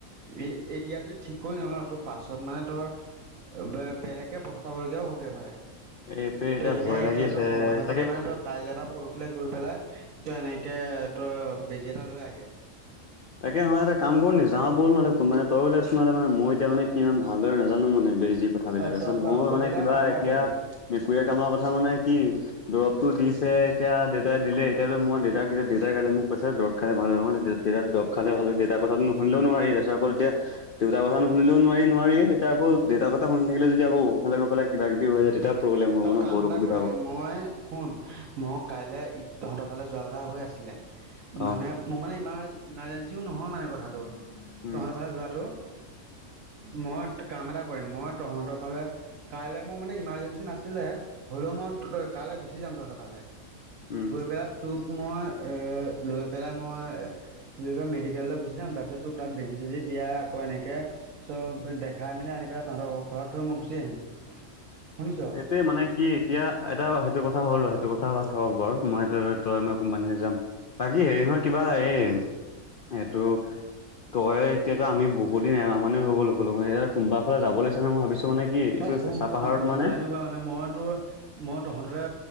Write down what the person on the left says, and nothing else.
এইটো এতিয়া
ভয় লাগি
আছে
তাকে
তাকে হয় এটা কাম কৰো নি যাও বল মানে মানে তই ওলাইছোন মানে মই এতিয়া মানে কিমান ভালদৰে নাজানো মানে বেজি কথাবিলাক
আচল,
মোৰ মানে
কিবা
এতিয়া
মেকুৰীয়ে কামৰ কথা মানে কি দৰৱটো দিছে এতিয়া দেউতাই দিলে এতিয়াতো মই দেউতাক কেতিয়া দেউতাই কাইলে মোক কৈছে দৰৱ খাই ভাল মান তেতিয়া তেতিয়া দ খালে ভালে দেউতাৰ কথাটো নোশুনিলেই নোৱাৰি, তাৰপিছত আকৌ তেতিয়া দেউতাৰ কথা নো শুনিলে নোৱাৰি নোৱাৰি তেতিয়া আকৌ দেউতাৰ কথা শুনি থাকিলে যদি আকৌ ফালে গৈ পালে কিবা কিবি হৈ যায় তেতিয়া প্ৰব্লেম হব
ন
বহুত
অসুবিধা
হব।
অ
উম,
উম।
এইটোৱে মানে কি, এতিয়া এটা সেইটো কথা হ'ল বাৰু সেইটো কথা বা থাকক বাৰু মই এইটো তই মই কোনবা দিনা যাম বাকী হেৰি নহয় কিবা এই এইটো তই এতিয়া ত আমি বহু দিন এমাহমানেও হৈ গল লগ এতিয়া কোনবা ফালে যাব লাগি নে মই ভাবিছো মানে কি এইটো
চেঁচা
পাহাৰত
মানে